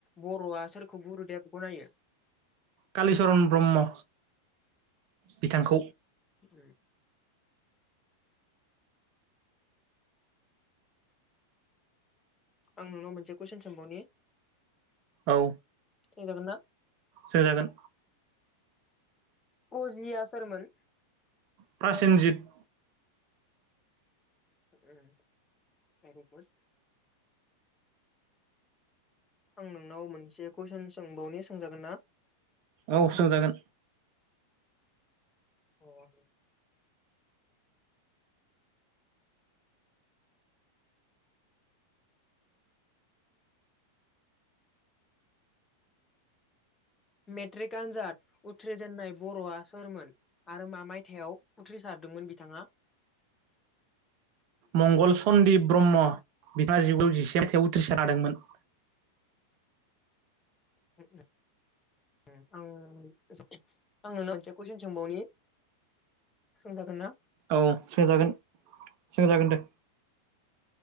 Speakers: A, on the left; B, on the right.
A: बर'आ सोरखौ गुरुदेब गनायो?
B: कालिचरन ब्रह्म बिथांखौ।
A: उम। आं नोंनाव मोनसे कुइसन सोंबावनि?
B: औ।
A: सोंजागोंनना?
B: सों जागोन।
A: ख्रजिया सोरमोन?
B: प्र्रासिनजित।
A: उम भेरि गुद। आं नोंनाव मोनसे कुइसन सोंबावनि सोंजागोन ना?
B: औ सोंजागोन।
A: अ। मेट्रिक आनजाद उथ्रिजेननाय बर'आ सोरमोन आरो मा मायथायाइाव उथ्रिसार दोंमोन बिथाङा।
B: मंगल सन्दीप ब्रह्म। बिथाङा जिगु जिसे मायथाइयाव उथ्रिसार हादोंमोन।
A: <inaudible> उम आं आं नोंनवा मोनसे कुइसन सोंबावनि। सोंजागोनना?
B: औ सोंजागोन सोंजागोन दे।